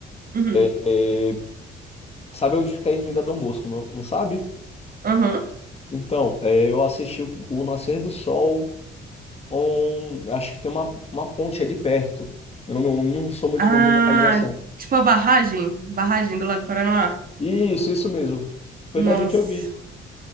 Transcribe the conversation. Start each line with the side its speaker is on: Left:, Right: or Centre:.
Right: Uhum.
Left: É, é, Sabe onde fica a Ermida Dom Bosco, não, não sabe?
Right: Aham.
Left: Então, é, eu assisti o, o nascer do sol. um- Acho que tem uma, uma ponte ali perto. Eu não, não sou muito
Right: Ah,
Left: bom de localização.
Right: tipo a barragem, barragem do Lago Paranoá.
Left: Isso, isso mesmo. Foi
Right: Nossa.
Left: dali que eu vi.